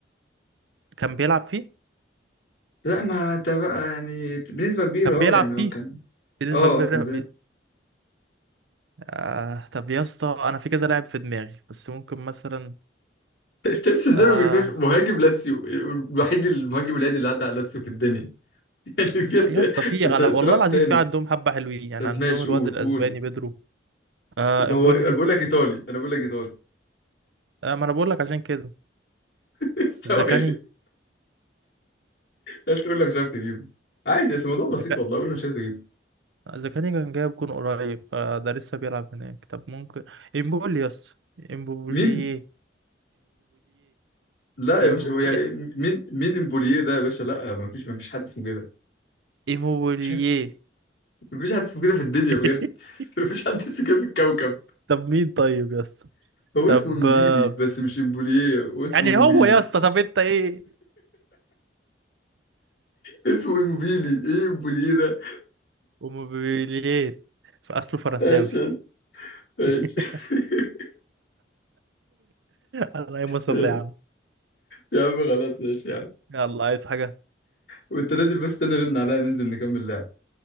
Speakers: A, on the right (about 75°); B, on the left (about 65°).
A: كان بيلعب فيه
B: لا ما انت بقى يعني بنسبة كبيرة
A: كان بيلعب
B: اه يعني هو
A: فيه
B: كان
A: بنسبة
B: اه
A: كبيرة
B: آه، كان بيعمل
A: بي... آه طب يا اسطى أنا في كذا لاعب في دماغي بس ممكن مثلا
B: <laughs> انت لسه ازاي
A: آه
B: ما جبتوش مهاجم لاتسيو الوحيد المهاجم العادي اللي عدى على لاتسيو في الدنيا <laughs> يعني بجد
A: يا اسطى في
B: انت
A: على...
B: انت
A: والله
B: رحت
A: العظيم
B: تاني
A: في عندهم حبة حلوين يعني
B: طب
A: عندهم
B: ماشي
A: الواد
B: قول
A: الأسباني
B: قول
A: بيدرو آه
B: ما
A: إمبولي
B: هو انا بقول لك ايطالي انا بقول لك ايطالي
A: آه ما أنا بقول لك عشان كده
B: <laughs> استوعب
A: زكاني
B: بس يقول لك مش عارف تجيبه عادي بس الموضوع بسيط
A: زكا...
B: والله قول له مش عارف تجيبه
A: زكاني كان جايب جون قريب فده لسه بيلعب هناك طب ممكن إمبولي يا اسطى إمبولي
B: مين لا
A: إمبولي
B: يا باشا هو يعني مين مين امبوليه ده يا باشا لا ما فيش ما فيش حد اسمه كده
A: ايموبيلييه
B: مفيش حد مفيش حد اسمه كده في الدنيا
A: <laughs>
B: بجد <laughs> مفيش حد اسمه كده في الكوكب
A: طب مين طيب يا اسطى
B: هو
A: طب
B: اسمه ايموبيلي
A: آه،
B: بس مش امبوليه هو اسمه
A: يعني
B: ايموبيلي
A: هو يا اسطى طب انت ايه
B: اسمه ايموبيلي ايه امبوليه ده
A: وموبيليات فاصله فرنساوي
B: ماشي ماشي
A: <laughs>
B: <laughs>
A: انا ايه مصر
B: ماشي.
A: يا عم
B: يا عم خلاص ماشي يا عم
A: يلا عايز حاجة
B: وانت نازل بس استنى رن عليا ننزل نكمل لعب